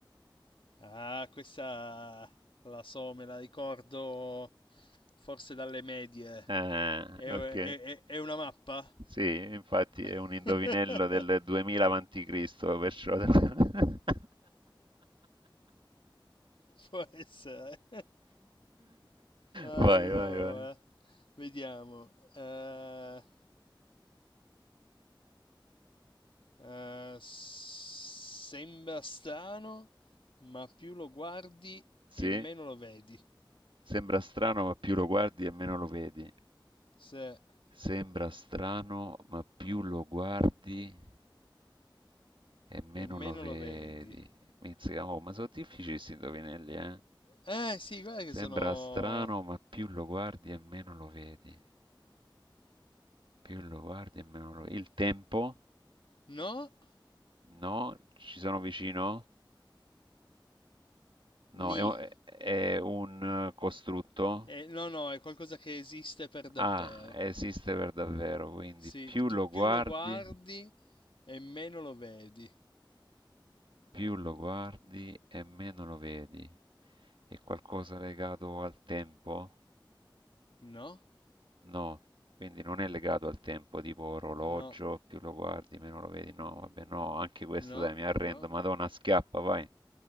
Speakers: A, on the left; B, on the right.
A: Ah, questa la so, me la ricordo forse dalle medie.
B: Eh,
A: È, è-
B: ok.
A: è- è una mappa?
B: Sì, infatti
A: <laughs>
B: è un indovinello del 2000 avanti Cristo, perciò... <laughs>
A: Può essere. Allora,
B: Vai, vai, vai.
A: vediamo. Eh, eh, sembra strano, ma più lo guardi
B: Sì,
A: e meno lo vedi.
B: sembra strano, ma più lo guardi e meno lo vedi.
A: Se,
B: Sembra strano, ma più lo guardi e meno
A: e meno
B: lo vedi.
A: lo vedi.
B: Mizzica, oh, ma sono difficili questi indovinelli, eh?
A: Eh sì, guarda
B: Sembra
A: che sono...
B: strano, ma più lo guardi e meno lo vedi. Più lo guardi e meno lo vedi. Il tempo?
A: No,
B: No? Ci sono vicino?
A: ni.
B: No, è un, è un, eh, costrutto?
A: Eh, no, no, è qualcosa che esiste per davvero.
B: Ah, esiste per davvero, quindi
A: Sì,
B: più
A: tu
B: lo
A: più
B: guardi.
A: lo guardi e meno lo vedi.
B: Più lo guardi e meno lo vedi. È qualcosa legato al tempo?
A: No,
B: No, quindi non è legato al tempo, tipo orologio,
A: no,
B: più lo guardi, meno lo vedi. No, vabbè, no, anche questo
A: no,
B: dai, mi arrendo.
A: no.
B: Madonna, schiappa, vai.